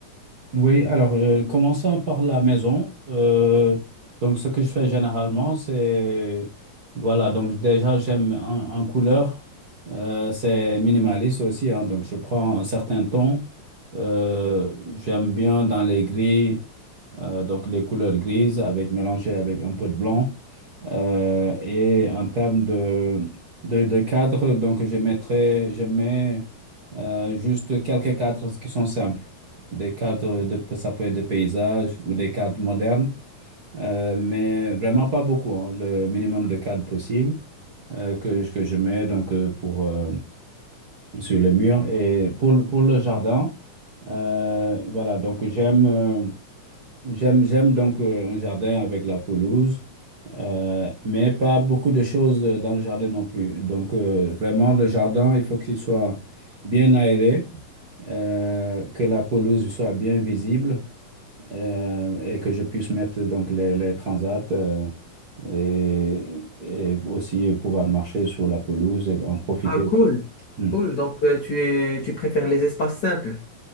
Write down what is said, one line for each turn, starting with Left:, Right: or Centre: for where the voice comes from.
Right: Oui, alors euh, commençons par la maison. Euh, donc ce que je fais généralement, c'est voilà, donc déjà j'aime en, en couleur, euh, c'est minimaliste aussi, hein. donc je prends un certain ton. Euh, j'aime bien dans les gris, euh, donc les couleurs grises avec mélangées avec un peu de blanc. Euh, et en termes de, de, de cadres, donc je mettrai, je mets euh, juste quelques cadres qui sont simples. Des cadres de, ça peut être de paysages ou des cadres modernes, euh, mais vraiment pas beaucoup, hein, le minimum de cadres possible euh, que, je- que je mets donc euh, pour euh, sur les murs et pour, le- pour le jardin. euh, voilà, donc j'aime euh, j'aime j'aime donc euh, un jardin avec la pelouse. Euh, mais pas beaucoup de choses euh, dans le jardin non plus. Donc, euh, vraiment, le jardin, il faut qu'il soit bien aéré, euh, que la pelouse soit bien visible euh, et que je puisse mettre donc les, les transats euh, et, et aussi pouvoir marcher sur la pelouse et en profiter.
Left: Ah, cool.
Right: Hmm.
Left: Cool. Donc, euh, tu, tu préfères les espaces simples.